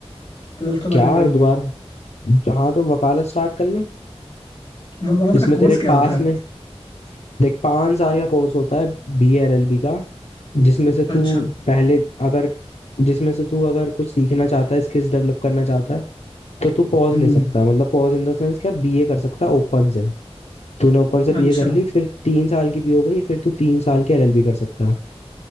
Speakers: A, on the left; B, on the left.
A: ट्वेल्थ तो मैंने
B: क्या
A: कर
B: दोबारा
A: ली
B: हाँ तो वकालत स्टार्ट कर ले
A: वकालत
B: इसमें
A: का
B: तेरे
A: कोर्स क्या
B: पास
A: होता है
B: में देख पांच साल का कोर्स होता है बी एल एल बी का जिसमें से तू
A: अच्छा
B: पहले अगर जिसमें से तू अगर कुछ सीखना चाहता है स्किल्स डेवलप करना चाहता है तो तू पॉज
A: हम्म
B: ले सकता है मतलब पॉज इन द सेंस क्या बी ए कर सकता है ओपन से तूने ओपन से बीए
A: अच्छा
B: कर ली फिर तीन साल की भी हो गई फिर तू तीन साल की एलएलबी कर सकता है